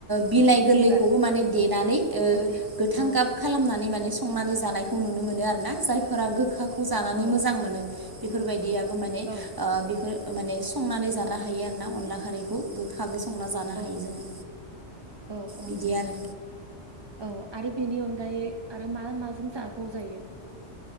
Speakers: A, on the right; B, on the right.
A: बिलाइ गोरलैखौबो
B: बिबार
A: माने नानै ओ
B: अ बि
A: गोथां
B: औ
A: गाब खालामनानै माने संनानै जानायखौ नुनो मोनो आरोना जायफोरा गोखाखौ जानानै
B: औ
A: मोजां मोनो बेफोरबादि आरो माने
B: औ
A: ओ बेफोर माने संनानै जानो हायो आरोना अनला खारिखौ गोखा बो संना जानो
B: औ
A: हायो
B: औ
A: जोङो
B: औ
A: बिदि आरो
B: औ आरो बेनि अनगायै आरो मा माजों जाबाव जायो